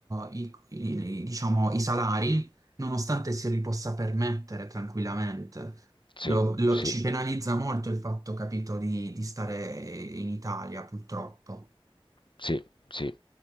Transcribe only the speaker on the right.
eh, i, i- i- diciamo, i salari, nonostante si li possa permettere tranquillamente.
Lo- lo-
ci penalizza molto il fatto, capito, di, di stare in Italia, purtroppo.